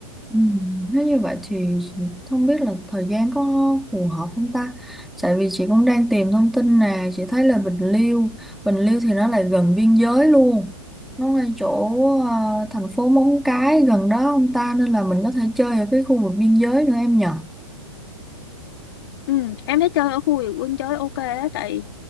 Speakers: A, in the centre; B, on the left.
A: Ừ, Nếu như vậy thì không biết là thời gian có phù hợp không ta? Tại vì chị cũng đang tìm thông tin nè, chị thấy là Bình Liêu, Bình Liêu thì nó lại gần biên giới luôn. Nó ngay chỗ ờ, thành phố Móng Cái gần đó không ta nên là mình có thể chơi ở cái khu vực biên giới nữa em nhờ.
B: Ừ, em thấy chơi ở khu vườn quân chơi ok á tại